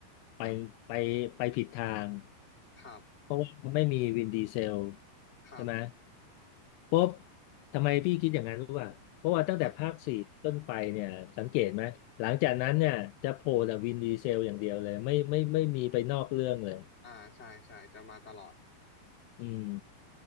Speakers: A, on the left; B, on the left.
A: ไปไปไปผิดทาง
B: ครับ
A: เพราะว่าไม่มีวินดีเซล
B: ครับ
A: ใช่ไหม ปุ๊บทำไมพี่คิดอย่างนั้นรู้ป่ะเพราะว่าตั้งแต่ภาคสี่ต้นไปเนี่ยสังเกตไหมหลังจากนั้นเนี่ยจะโผล่แต่วินดีเซลอย่างเดียวเลยไม่ไม่ไม่มีไปนอกเรื่องเลย
B: ครับอ่าใช่ใช่จะมาตลอด
A: อืม